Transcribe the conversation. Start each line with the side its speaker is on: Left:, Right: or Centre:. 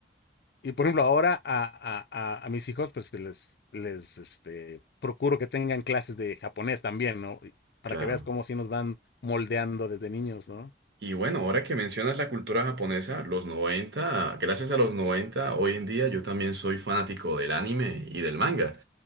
Left: Y por ejemplo, ahora a, a- a- a mis hijos, pues les, les este, procuro que tengan clases de japonés también, ¿no? Y Para
Right: Claro.
Left: que veas cómo sí nos van moldeando desde niños, ¿no?
Right: Y bueno, ahora que mencionas la cultura japonesa, los 90, gracias a los 90, hoy en día yo también soy fanático del anime y del manga.